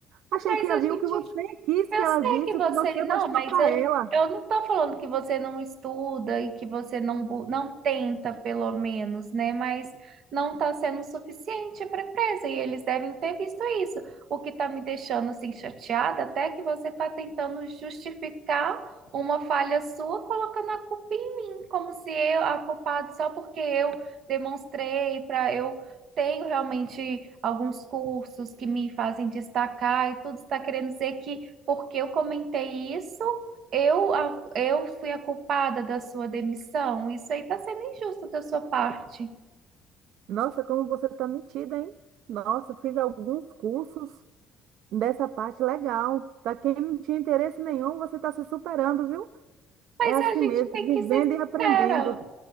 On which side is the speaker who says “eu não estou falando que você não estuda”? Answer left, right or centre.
Right